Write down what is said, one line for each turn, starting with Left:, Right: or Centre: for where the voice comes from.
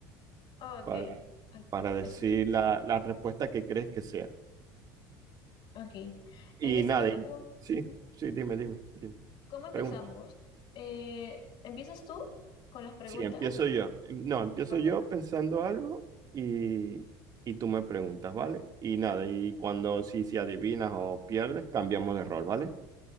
Left: Ah, ok.
Right: Para,
Left: Ah,
Right: para decir
Left: eso-
Right: la, la respuesta que crees que sea.
Left: ok.
Right: Y
Left: En este
Right: nada,
Left: caso,
Right: y,
Left: ¿cómo,
Right: sí,
Left: ujú.
Right: sí, dime, dime, dime.
Left: ¿Cómo empezamos?
Right: Pregunta.
Left: Eh, ¿empiezas tú con las preguntas?
Right: Sí, empiezo yo. No, empiezo
Left: Ok,
Right: yo pensando algo y, y tú me preguntas, ¿vale? Y nada, y cuando si, si adivinas o pierdes, cambiamos de rol, ¿vale?